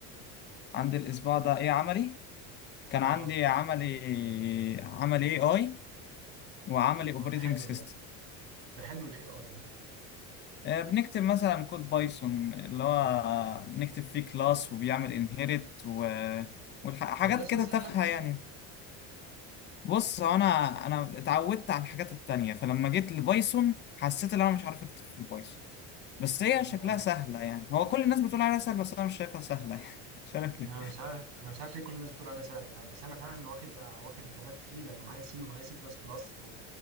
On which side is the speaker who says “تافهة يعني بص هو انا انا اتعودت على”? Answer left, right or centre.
Left